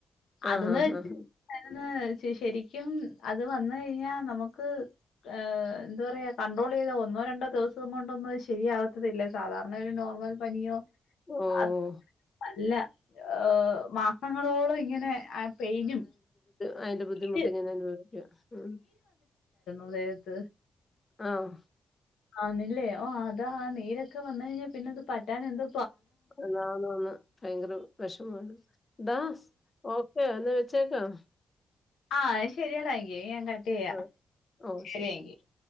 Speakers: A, on the left (about 80°); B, on the left (about 35°).
A: അതൊന്ന്
B: ആഹ്
A: വ
B: ആഹ്
A: അ ശ ശെരിക്കും അത് വ ന യ്യാ നമുക്ക് ആ എന്താ പറയാ കണ്ടറോലൈത ഒന്നോ രണ്ടോ ദിവസം കൊണ്ടൊന്നും ശരിയാവാത്തല്ലാ സാദാരണ നോ വ ൽ പനിയോ
B: ഓഹ്
A: അ അല്ല ഹ മാസങ്ങളോളം ഇങ്ങനെ ആ പെയിനും
B: അയിന്റെ ബുദ്ധിമുട്ട്
A: നീര്
B: ഞാൻ അനുഭവിക്കുക ഉ
A: അതേത്
B: ആഹ
A: ആന്നില്ലേ ഓ അതാ ആ നീരൊക്കെ വന്ന കഴിഞ്ഞാൽ പിന്നെ അത് പറ്റാൻ എന്ത്
B: അതാണ് ഭയങ്കര വിഷമാണ് ദാസ് ഓ ഏ എന്നാ വെച്ചേക്കാം
A: ആഹ ശെരിയടാ എങ്കേ ഞാൻ കാട്ട് ചെയ്യ
B: ആഹ് ഓഹ്
A: ശരിയങ്കി
B: ശരി.